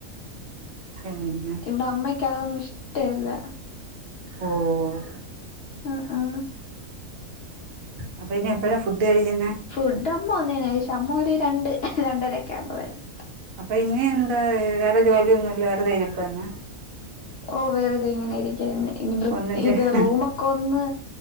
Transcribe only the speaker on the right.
<unintelligible>
ഓഹ്
അപ്പൊ ഇനി എപ്പഴാ ഫുഡ് കഴിക്കുന്നേ
അപ്പൊ ഇനി എന്താ വേറെ ജോലിയൊന്നും ഇല്ല വെറുതെ ഇരിപ്പന്നെയാ
ഒന്നും ചെയ്യ